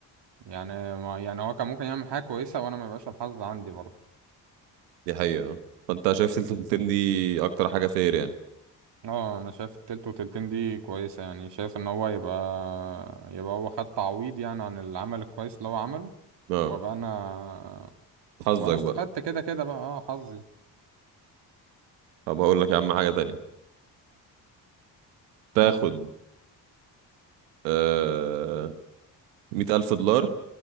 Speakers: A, on the right (about 55°); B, on the right (about 80°).
A: يعني ما- يعني هو كان ممكن يعمل حاجة كويسة وأنا ما يبقاش الحظ عندي برضه
B: دي حقيقة فأنت شايف سلسلة التين دي أكتر حاجة فير يعني
A: اه انا شايف التلت وتلتين دي كويسة يعني شايف ان هو يبقى يبقى هو خد تعويض يعني عن العمل الكويس اللي هو عمله
B: اه
A: وابقى انا
B: حظك
A: وانا استفدت
B: بقى
A: كده كده بقى اه حظي
B: طب هقول لك يا عم حاجة تانية تاخد آه مية ألف دولار